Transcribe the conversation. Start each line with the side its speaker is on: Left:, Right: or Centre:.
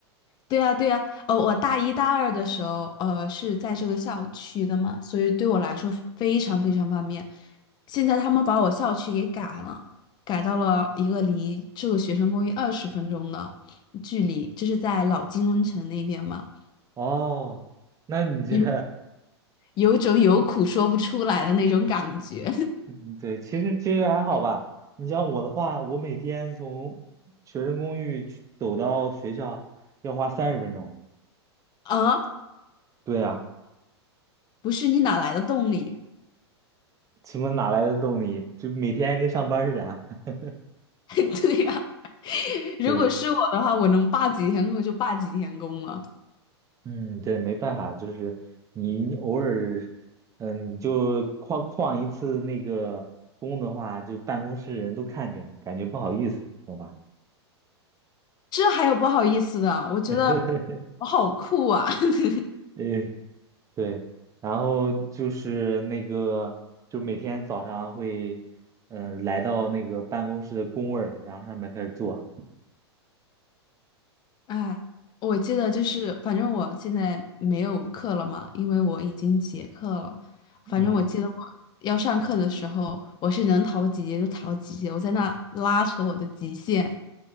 Left: 对呀，对呀，呃，我大一大二的时候，呃，是在这个校区的嘛，所以对我来说非常非常方便。现在他们把我校区给改了，改到了一个离这个学生公寓二十分钟的距离，就是在老金融城那边嘛，
Right: 哦，那你这
Left: 有
Right: <laughs>。
Left: 有种有苦说不出来的那种感觉
Right: 嗯，对，其实其实还好吧。你像我的话，我每天从学生公寓去走到学校要花三十分钟。
Left: <laughs> 啊！
Right: 对呀，
Left: 不是你哪来的动力？
Right: 什么哪来的动力？就每天跟上班似的啊。<laughs>
Left: <laughs> 对呀，如果是我的话，
Right: 对，
Left: 我能罢几天工就罢几天工了。
Right: 嗯，对，没办法，就是你你偶尔，嗯，你就旷旷一次那个工的话，就办公室人都看着，感觉不好意思，懂吧？
Left: 这还有不好意思的，我觉得
Right: <laughs>
Left: 我好酷啊！<laughs>
Right: 呃对，然后就是那个，就每天早上会，嗯、来到那个办公室的工位儿，然后上面开始做，
Left: 哎，我记得就是，反正我现在没有课了嘛，因为我已经结课了。反正我记得我要上课的时候，
Right: 嗯，
Left: 我是能逃几节就逃几节，我在那拉扯我的极限。